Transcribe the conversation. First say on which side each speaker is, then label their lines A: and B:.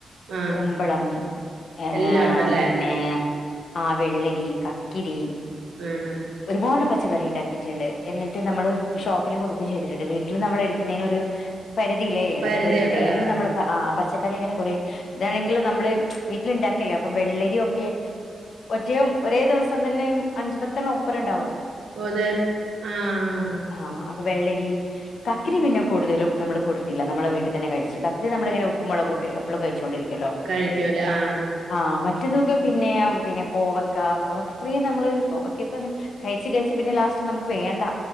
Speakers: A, on the right (about 75°); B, on the left (about 70°).
A: ആഹ്
B: കുമ്പളം ഏഹ്
A: എല്ലാം ഉണ്ടല്ലേ
B: പിന്നെ ആഹ് വെള്ളരി കക്കിരി
A: ഉം
B: ഒരുപാട് പച്ചക്കറി ഇണ്ടാക്കി റ്റ്ണ്ട് എന്നിട്ട് നമ്മള് ഷോപ്പില് കൊടുക്കും ചെയ്തിട്ടുണ്ട് വീട്ടിൽ നമ്മൾ എടുക്കുന്നേന് ഒരു പരിധിയില്ലേ
A: പരിധിയുണ്ട്
B: നമക്ക് ഡെയിലി
A: ആഹ്
B: നമ്മൾ ആഹ് പച്ചക്കറി അങ്ങനെ കുറേ ഇതാണെങ്കില് നമ്മള് വീട്ടിലിണ്ടാക്കല്ലേ അപ്പം വെള്ളരിയൊക്കെ ഒറ്റയും ഒരേ ദിവസം തന്നെയും അഞ്ച്പത്തെണ്ണ ഒപ്പർ ഇണ്ടാവും
A: പോതെൽ ആഹ്
B: ആഹ് അപ്പ വെള്ളരി കക്കരി പിന്നെ കൂടുതലും നമ്മള് കൊടുത്തില്ല നമ്മളെ വീട്ടിൽ തന്നെ കഴിച്ച് കക്കരി നമ്മളിങ്ങനെ ഉപ്പും മൊളകൂട്ടി എപ്പളും കഴിച്ചോണ്ടിരിക്കുവല്ലോ
A: കഴിക്കുവല്ലോ ആഹ്
B: ആഹ് മറ്റേതൊക്കെ പിന്നെ പിന്നെ കോവക്ക കോവക്ക കുറേ നമ്മള് കോവക്കയൊക്കെ കഴിച്ച് കഴിച്ച് പിന്നെ ലാസ്റ്റ് നമക്ക് വേണ്ട